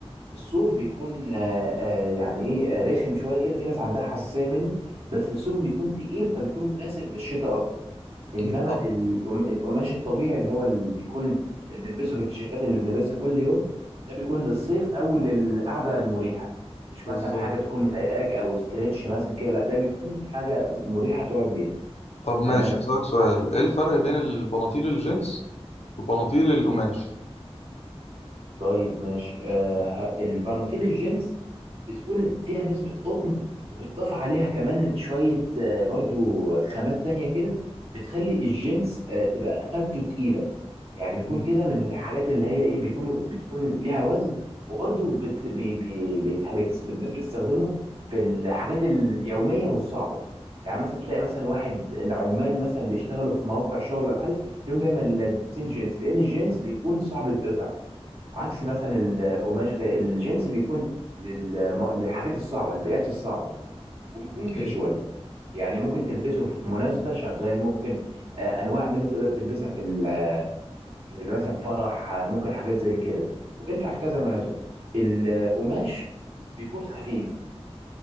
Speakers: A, on the right; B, on the left.
A: الصوف بيكون آه آه يعني ايه آه، رخم شويه كده في ناس عندها حساسيه منه بس الصوف بيكون تقيل فبيكون مناسب للشتاء اكتر
B: اكيد
A: انما
B: طبعا
A: القم- القماش الطبيعي اللي هو اللي بيكون اللي بنلبسه في التيشيرتات اللي بنلبسها كل يوم ده بيكون للصيف او للقعده المريحه مش
B: بالظبط
A: مثلا حاجه تكون مضايقاك او استرتش مثلا كده لا ده بيكون حاجه مريحه تقعد بيها
B: طب ماشي
A: تمام
B: اسالك سؤال ايه الفرق بين البناطيل الجينز وبناطيل القماش
A: مم. طيب ماشي آه البناطيل الجينز بتكون فيها نسبة قطن وبتضاف عليها كمان شوية آه برضو خامات تانية كده بتخلي الجينز آه بتبقى خامته تقيلة يعني بيكون
B: مم.
A: كده من الحاجات اللي هي ايه بيكون بتكون ليها وزن وبرده بت... بي... بي... بيتح... بيت... الناس بتستخدمه في الحاجات اليوميه والصعبه يعني مثلا تلاقي مثلا واحد إن عمال مثلا بيشتغلوا في موقع شغل ولا حاجه تلاقيهم دايما لابسين جينز لان الجينز بيكون صعب يتقطع عكس مثلا القماش كده، الجينز بيكون للم... للحاجات الصعبه البيئات الصعبه وبيكون
B: اكيد
A: كاجوال يعني ممكن تلبسه في مناسبه شغال ممكن آه، انواع منه تقدر تلبسها في ال... في مثلا فرح ممكن حاجات زي كده وبينفع في كذا مناسبة القماش بيكون خفيف